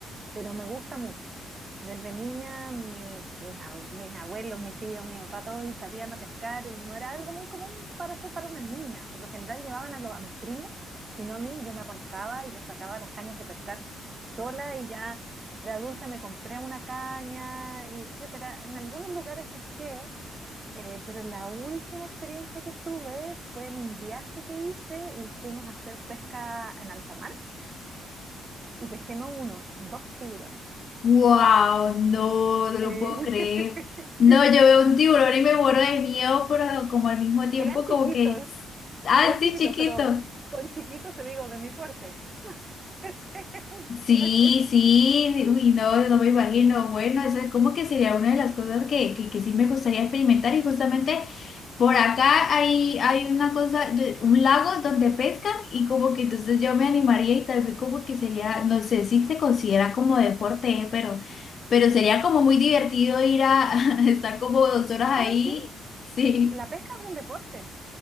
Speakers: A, on the right; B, on the left.
A: pero me gusta mucho. Desde niña, mi- mis, ab- mis abuelos, mis tíos, mi papá, todos y salían a pescar y no era algo muy común para hacer para una niña. Por lo general llevaban a, lo- a mis primos y no a mí. Yo me arrancaba y les sacaba las cañas de pescar sola y ya de adulta me compré una caña, y etcétera. En algunos lugares pesqué, eh, pero la última experiencia que tuve fue en un viaje que hice y fuimos a hacer pesca en alta mar y pesqué no uno, dos tiburones.
B: Wow, no, no lo
A: Sí.
B: puedo creer.
A: <laughs>
B: No, yo veo un tiburón y me muero de miedo, pero como al mismo tiempo,
A: Eran chiquitos,
B: como que, ah,
A: eran
B: sí,
A: chiquitos,
B: chiquito.
A: pero con chiquitos te digo, de mi porte. <laughs> Es-
B: Sí,
A: es- es-
B: sí, uy, no, no me imagino. Bueno, eso es como que sería una de las cosas que, que, que sí me gustaría experimentar y justamente. Por acá hay, hay una cosa, de- un lago donde pescan y como que entonces yo me animaría y tal vez como que sería, no sé si se considera como deporte, ¿eh? pero, pero sería como muy divertido ir a, <laughs> estar como dos horas ahí.
A: Bueno, sí,
B: Sí.
A: la pesca es un deporte,